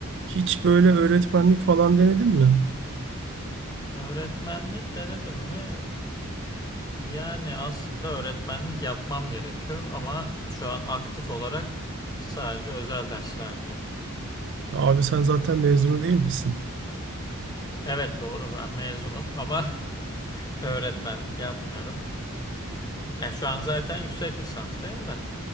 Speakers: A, on the right; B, on the left.
A: Hiç böyle öğretmenlik falan denedin mi?
B: Öğretmenlik denedim mi? Yani aslında öğretmenlik yapmam gerekiyor ama şu an aktif olarak sadece özel dersler diyeyim.
A: Abi sen zaten mezunu değil misin?
B: Evet doğru ben mezunum ama <laughs> öğretmenlik yapmıyorum. Ya şu an zaten yüksek lisanstayım da.